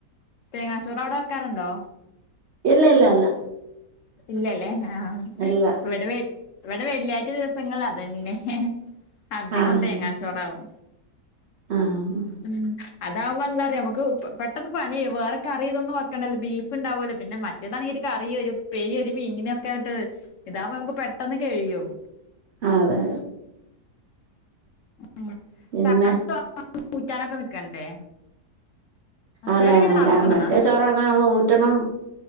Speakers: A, on the left; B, on the right.
A: തേങ്ങാചോറ് അവിടെ വെക്കാറുണ്ടോ
B: ഇല്ല ല്ല ല്ല.
A: ഇല്ലല്ല ആഹ്
B: ഇല്ല
A: ഇവെടെവേ വടെ വെള്ളിയാഴ്ച ദിവസങ്ങളിൽ അതന്നെ അധികം
B: ആഹ്
A: തേങ്ങാച്ചോറാവും.
B: ആഹ്
A: ം അതാവുമ്പോ എന്താന്നറിയോ നമുക്ക് പെട്ടെന്ന് പ അേ വേറെ കറിയ ഇൊന്നും വെക്കണ്ടല്ല ബീഫുണ്ടാവോലോ പിന്നെ മറ്റേതാണങ്കി ഒരു കറി ഒരു ഉപ്പേരി ഒരു മീനാക്കെങ്ട്ട്. ഇതാവുമ്പോ നമുക്ക് പെട്ടെന്ന് കഴിയും.
B: അതെ
A: ഉം
B: പിന്നെ
A: സാരി <unintelligible> കുക്കാനൊക്കെ നിക്കണ്ടേ
B: അതെ
A: ചിലര് ഇങ്ങനെ
B: അതെ
A: വറക്കണ
B: മറ്റേ
A: കാണാ
B: ചോറാണെൽ നമ്മള് ഊറ്റണം